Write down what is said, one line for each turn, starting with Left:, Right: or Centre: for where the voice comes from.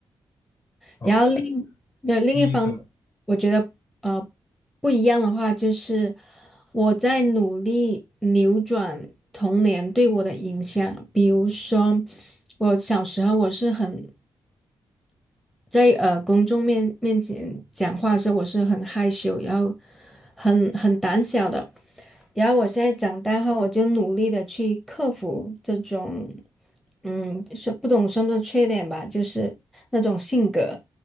Left: ？OK，
Centre: 然后另那另一方，
Left: 第一种。
Centre: 我觉得呃不一样的话，就是我在努力扭转童年对我的影响。比如说，我小时候我是很在呃公众面面前讲话的时候，我是很害羞，然后很很胆小的。然后我现在长大后，我就努力的去克服这种，嗯，说不懂算不算缺点吧，就是那种性格，